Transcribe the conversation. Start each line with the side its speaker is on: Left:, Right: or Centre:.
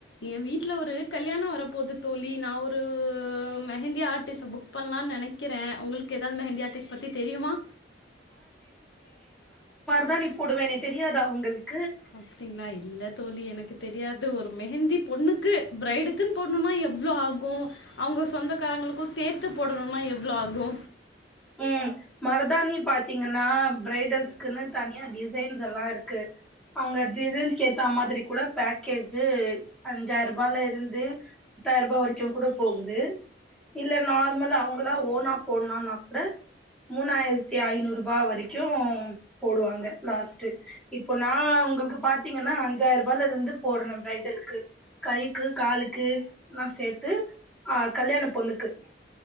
Left: என் வீட்ல ஒரு கல்யாணோ வரப்போது தோழி நா ஒரு மெஹந்தி ஆர்ட்டிஸ புக் பண்லானு நெ னக் க்கிறேன் உங்ளுக்கு எதாது மெஹந்தி ஆர்டிஸ் பத்தி தெரியுமா
Centre: தாணி போடுவேனே தெரியாதா உங்களுக்
Left: அப்டிங்ளா இல்ல தோழி எனக்கு தெரியாது ஒரு மெஹந்தி பொண்ணுக்கு ப்ரைடுக்குன் போடுணுனா எவ்ளோ ஆகு அவுங்க சொந்தக்காரங்களு கு சேத்து போடணுனா எவ்ளோ ஆகு
Centre: ம் மருதாணி பாத்தீங்கன்னா பிரைடல்ஸ் க்குன்னு தனியா டிசைன்ஸ் எல்லாருக்கு அவங்க டிசைன்ஸ் க்கேத்த மாதிரி கூட பேக்கேஜு அஞ்சாயிரூபாலேருந்து பத்தாயிரூபா வரைக்கு கூட போகுது இல்ல நார்மல் அவங்களா ஓனா போட்னா கூட மூணாயிரத்தி ஐநூரூபா வரைக்கு போடுவாங்க லாஸ்ட்டு இப்ப நா உங்குளுக்கு பாத்தீங்கன்னா அஞ்சாயிரூபாலருந்து போடுறே பிரைடலுக்கு கைக்கு காலுக்கு எல்லா சேத்து ஆ கல்யாண பொண்ணுக்கு